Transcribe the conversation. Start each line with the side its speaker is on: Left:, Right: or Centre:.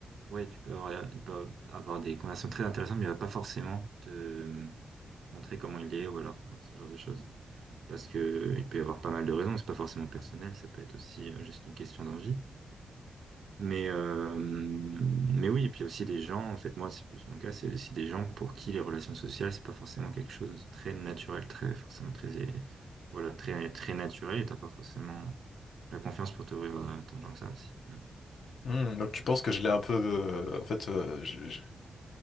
Right: ouais, tu peux avoir, il peut avoir des conversations très intéressantes, mais il va pas forcément te euh, montrer comment il est ou alors hein, ce genre de choses. Parce que il peut y avoir pas mal de raisons, c'est pas forcément personnel, ça peut être aussi euh, juste une question d'envie. Mais euh, mais oui, et puis aussi des gens, en fait moi c'est plus mon cas, c'est aussi des gens pour qui les relations sociales c'est pas forcément quelque chose de très naturel, très forcément très euh, voilà très très naturel et t'as pas forcément la confiance pour t'ouvrir à tant de gens que ça aussi. Hmm.
Left: Hmm, donc tu penses que je l'ai un peu, euh, en fait, euh, je- je-